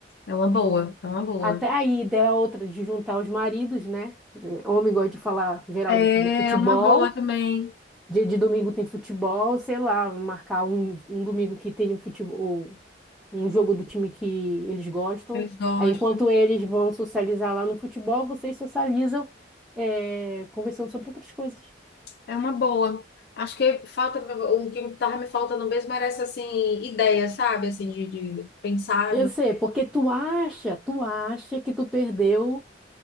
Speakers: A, on the left (about 55°); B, in the centre.
A: É uma boa, é uma boa.
B: Até aí, ideia é outra de juntar os maridos, né? Homem gosta de falar geralmente
A: É
B: de futebol.
A: uma boa também.
B: Dia de domingo tem futebol, sei lá, marcar um, um domingo que tem um futebol, um jogo do time que eles gostam.
A: Eles gostam.
B: Aí, enquanto eles vão socializar lá no futebol, vocês socializam, é, conversando sobre outras coisas.
A: É uma boa. Acho que falta, o que tava me faltando mesmo era essa, assim, ideia, sabe? Assim, de, de pensar,
B: Eu
A: de...
B: sei, porque tu acha, tu acha que tu perdeu